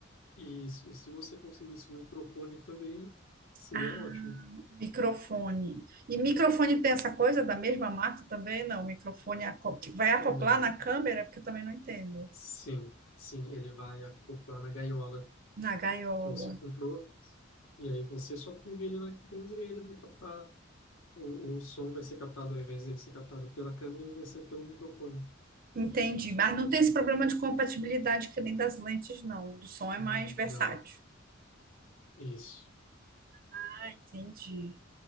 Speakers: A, on the left; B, on the right.
A: E, se e se você conseguisse um microfone também, seria
B: Ah,
A: ótimo.
B: microfone. E microfone tem essa coisa da mesma marca também? Não, microfone aco- que vai acoplar
A: Não,
B: na câmera, porque eu também não entendo.
A: sim, sim, ele vai acoplar na gaiola
B: Na gaiola.
A: que você comprou, e aí você só pluga ele na câmera e ele vai captar. O, o som vai ser captado, ao invés de ser captado pela câmera, ele vai ser pelo microfone.
B: Entendi. Mas não tem esse problema de compatibilidade que nem das lentes, não. O do som
A: Uhum,
B: é mais versátil.
A: Não, isso.
B: Ah, entendi.